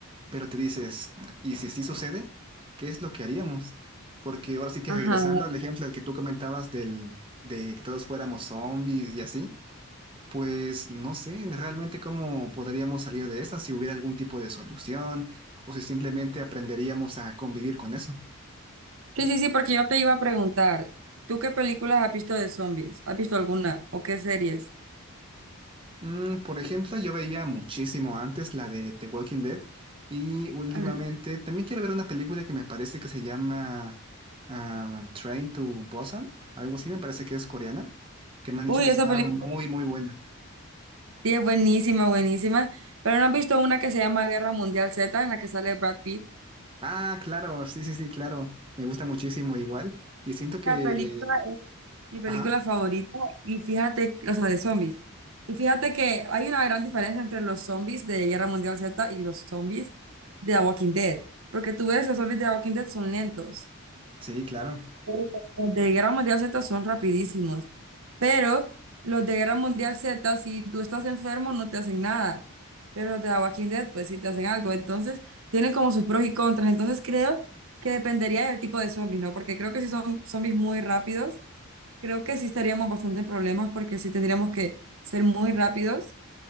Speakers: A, on the right; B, on the right.
A: pero te dices, ¿y si sí sucede? ¿Qué es lo que haríamos? Porque ahora sí que
B: Ajá.
A: regresando al ejemplo que tú comentabas del, de que todos fuéramos zombies y así, pues no sé realmente cómo podríamos salir de esa, si hubiera algún tipo de solución o si simplemente aprenderíamos a convivir con eso.
B: Sí, sí, sí, porque yo te iba a preguntar, ¿tú qué películas has visto de zombies? ¿Has visto alguna? ¿O qué series?
A: Mm, por ejemplo, yo veía muchísimo antes la de The Walking Dead y últimamente
B: Ajá.
A: también quiero ver una película que me parece que se llama ah, Train to Busan, algo así me parece que es coreana, que me han
B: Uy,
A: dicho que
B: esa
A: está
B: película
A: muy, muy buena.
B: sí es buenísima, buenísima. Pero ¿no has visto una que se llama Guerra Mundial Z, en la que sale Brad Pitt?
A: Ah, claro, sí, sí, sí, claro, me gusta muchísimo igual y siento que...
B: La película es mi película
A: Ajá,
B: favorita y fíjate, o sea, de zombies. Y fíjate que hay una gran diferencia entre los zombies de Guerra Mundial Z y los zombies de The Walking Dead. Porque tú ves, los zombies de The Walking Dead son lentos.
A: sí, claro.
B: Pero Los de Guerra Mundial Z son rapidísimos, pero los de Guerra Mundial Z, si tú estás enfermo, no te hacen nada, pero los de The Walking Dead, pues sí te hacen algo, entonces tienen como sus pros y contras, entonces creo que dependería del tipo de zombies, ¿no? Porque creo que si son zombies muy rápidos, creo que sí estaríamos bastante en problemas porque sí tendríamos que ser muy rápidos